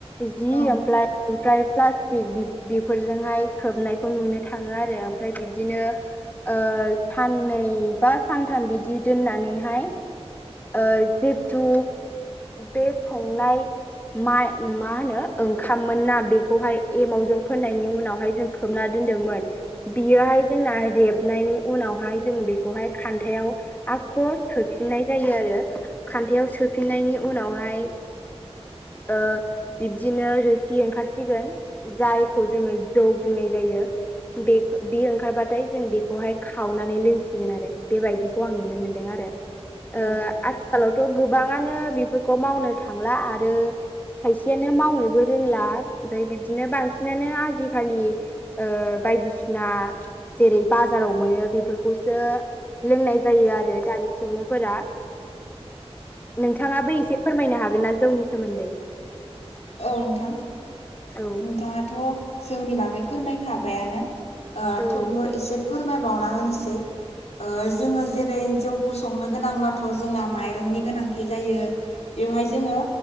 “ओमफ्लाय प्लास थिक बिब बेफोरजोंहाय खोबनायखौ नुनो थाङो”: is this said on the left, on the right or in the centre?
Left